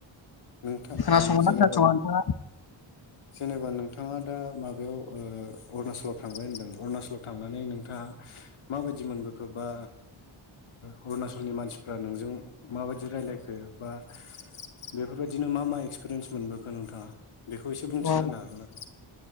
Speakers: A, on the left; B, on the left.
A: थ
B: खोनासंगोना
A: जेनेबा
B: खोनासङा नोंथाङा
A: जेनेबा नोंथाङा दा माबा बेयाव ओ अरुनाचलाव थांबाय होनदों अरुनाचलाव थांनानै नोंथाङा माबायदि मोनबोखोबा अरुनाचलनि मानसि नोंजों माबायदि रायलायखो बा बेफोरबायदिनो मा मा एक्सपिरियेन्स मोनबोखो नोंथाङा बेखौ एसे बुंथिना
B: अ
A: होनो हागोन आरो